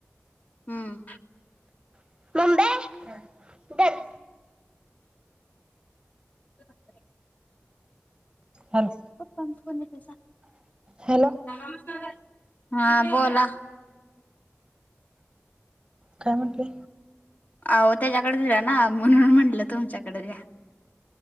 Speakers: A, on the left; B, on the right.
A: हम्म.
B: <inaudible> दर
A: <unintelligible>
B: हॅलो
A: <unintelligible> प पच को त्यासा
B: हॅलो,
A: नमस्कार हा, बोला.
B: काय म्हंटले.
A: अ त्याच्याकडे दिला ना म्हणून म्हटलं तुमच्याकडे द्या.